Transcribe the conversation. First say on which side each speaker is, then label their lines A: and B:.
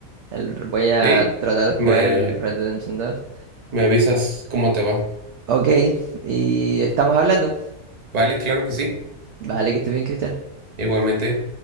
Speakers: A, on the right; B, on the right.
A: el- voy a
B: Sí,
A: tratar de jugar
B: me,
A: el Red Dead Redemption dos
B: me avisas cómo te va.
A: Ok, y estamos hablando.
B: Vale, claro que sí,
A: Vale, que estés bien, Cristian.
B: igualmente.